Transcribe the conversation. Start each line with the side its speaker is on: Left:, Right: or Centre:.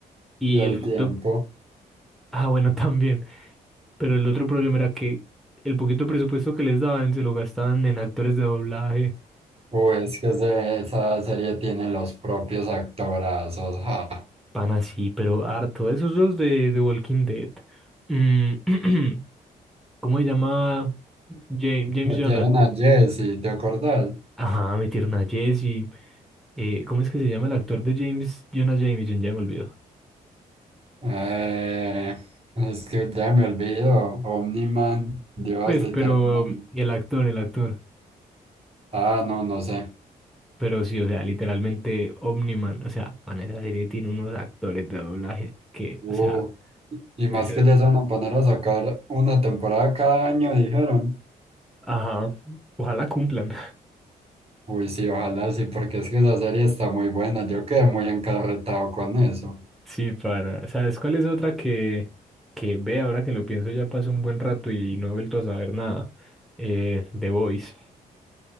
Centre: Y
Right: y el
Centre: el segundo,
Right: tiempo.
Centre: <laughs> ah, bueno, también. Pero el otro problema era que el poquito presupuesto que les daban se lo gastaban en actores de doblaje.
Right: Uy, es que ese- esa serie tiene los propios actorazos. ja.
Centre: Pan así, pero harto. Esos dos de The Walking Dead. Mm, <clears throat> ¿cómo se llama? Ja- James
Right: Metieron
Centre: Jonah.
Right: a Jesse, ¿te acordás?
Centre: Ajá, mi tierna Jessie. Eh, ¿cómo es que se llama el actor de James Jonah Jameson? Ya me olvidó.
Right: Eh, es que ya me olvido. Omniman, Dios,
Centre: Pues,
Right: literalmente.
Centre: pero mm, el actor, el actor.
Right: Ah, no, no sé.
Centre: Pero sí, o sea, literalmente Omniman. O sea, man, esa serie tiene unos actores de doblaje que,
Right: Uh,
Centre: o sea,
Right: y más
Centre: eso.
Right: que ya se van a poner a sacar una temporada cada año, dijeron.
Centre: Ajá. Ojalá cumplan.
Right: Uy, sí, ojalá sí, porque es que esa serie está muy buena. Yo quedé muy encarretado con eso.
Centre: Sí, para. ¿Sabes cuál es otra que, que ve ahora que lo pienso ya pasó un buen rato y no he vuelto a saber nada? Eh, The Voice.